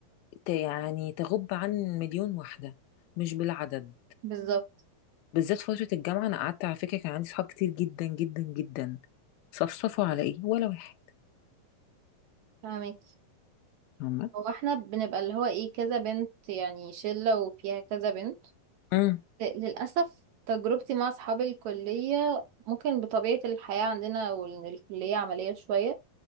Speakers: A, on the left; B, on the right.
A: ت- يعني تغب عن مليون واحده مش بالعدد
B: <laughs> بالظبط
A: بالذات فترة الجامعة أنا قعدت على فكرة كان عندي صحاب كتير جدا جدا جدا صفصفوا على إيه ولا واحد
B: فاهمك
A: هما
B: هو احنا بنبقى اللي هو ايه كذا بنت يعني شلة وفيها كذا بنت
A: امم
B: للأسف تجربتي مع اصحاب الكلية ممكن بطبيعة الحياة عندنا والكلية عملية شوية